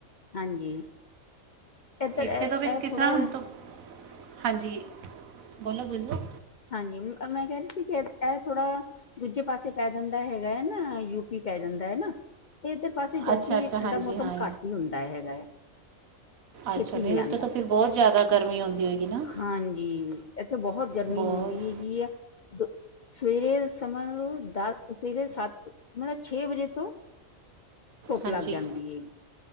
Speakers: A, on the left; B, on the right.
A: ਹਾਂਜੀ ਏਧਰ
B: ਇੱਥੇ
A: ਇਹ
B: ਤੋਂ ਵੀ ਕਿਸ
A: ਇਹ ਥੋੜਾ
B: ਤਰ੍ਹਾਂ ਹੁਣ
A: ਜਿਹਾ।
B: ਤੋਂ ਹਾਂਜੀ ਬੋਲੋ ਬੋਲੋ।
A: ਹਾਂਜੀ ਮੈਂ ਕਹਿ ਰਹੀ ਸੀ ਕਿ ਇਹ ਥੋੜਾ ਦੂਜੇ ਪਾਸੇ ਪੈ ਜਾਂਦਾ ਹੈਗਾ ਹੈ ਨਾ ਯੂਪੀ। ਪੈ ਜਾਂਦਾ ਏ ਨਾ ਤੇ ਇਹਦੇ ਪਾਸੇ ਜਲਦੀ
B: ਅੱਛਾ ਅੱਛਾ
A: ਠੰਡਾ
B: ਹਾਂਜੀ
A: ਮੌਸਮ
B: ਹਾਂ
A: ਘੱਟ ਹੀ ਹੁੰਦਾ ਹੈਗਾ ਐ।
B: ਅੱਛਾ
A: ਛੇਤੀ
B: ਨਹੀਂ
A: ਨੀ
B: ਉੱਥੇ
A: ਆਂਦਾ।
B: ਤਾਂ ਫਿਰ ਬਹੁਤ ਜ਼ਿਆਦਾ ਗਰਮੀ ਹੁੰਦੀ ਹੋਏਗੀ ਨਾ
A: ਹਾਂਜੀ, ਇੱਥੇ ਬਹੁਤ ਗਰਮੀ। ਗਰਮੀ
B: ਬਹੁਤ
A: ਹੁੰਦੀ ਹੈਗੀ ਆ। ਸਵੇਰੇ ਸਮਝ ਲੋ ਦਸ ਸਵੇਰੇ ਸੱਤ ਮਤਲਬ ਛੇ ਵਜੇ ਤੋਂ। ਧੁੱਪ
B: ਹਾਂਜੀ
A: ਲੱਗ ਜਾਂਦੀ ਐ।